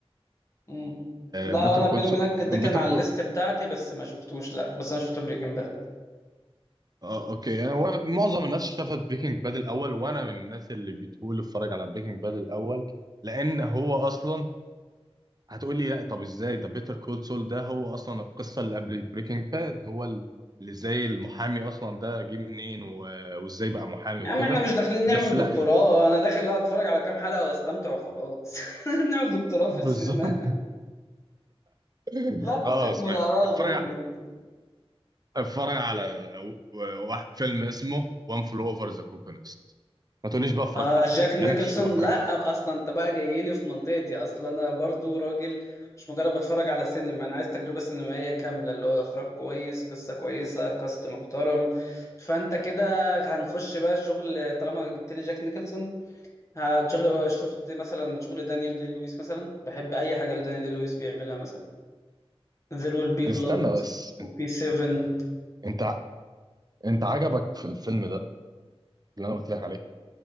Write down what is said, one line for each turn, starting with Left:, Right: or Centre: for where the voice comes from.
Left: مم. لا
Right: بيتر
Left: انا
Right: كول
Left: بيني
Right: سول
Left: وبينك
Right: بيتر
Left: ده كان على الليست بتاعتي بس ما شفتوش لا بس انا شفت بريكنج باد
Right: اه اوكي يعني هو معظم الناس شافت بريكنج باد الاول وانا من الناس اللي بتقول اتفرج على بريكنج باد الاول لان هو اصلا هتقول لي لا طب ازاي ده بيتر كول سول ده هو اصلا القصه اللي قبل بريكنج باد هو ال- اللي زي المحامي اصلا ده جه منين و- وازاي بقى محامي
Left: يا
Right: وكده
Left: عم احنا مش داخلين
Right: بس
Left: نعمل
Right: لا
Left: دكتوراه أه، انا داخل اتفرج على كام حلقة واستمتع وخلاص <laughs> نعمل دكتوراه في
Right: بالظبط
Left: السينما
Right: <laughs>
Left: لا فكك
Right: خلاص
Left: من
Right: ماشي
Left: الآراء
Right: اتفرج
Left: الغريبة
Right: ع-
Left: دي
Right: اتفرج على و- واحد فيلم اسمه وان فلو اوفر ذا كوكو نست ما تقوليش بقى اتفرجت
Left: آه
Right: عليه
Left: جاك نيكلسون
Right: لانك مش هتبقى اتفرجت
Left: لا أبقى اصلا انت بقى جاي لي في منطقتي اصلا انا برضو راجل مش مجرد بتفرج على سينما انا عايز تجربة سينمائية كاملة اللي هو اخراج كويس قصة كويسة كاست محترم فانت كده هنخش بقى شغل طالما جبت لي جاك نيكلسون هتشغل شفت مثلا شغل دانيال دي لويس مثلا بحب اي حاجه لدانيال دي لويس بيعملها مثلا There will be blood
Right: استنى بس
Left: وبي 7
Right: انت انت انت عجبك في الفيلم ده اللي انا قلت لك عليه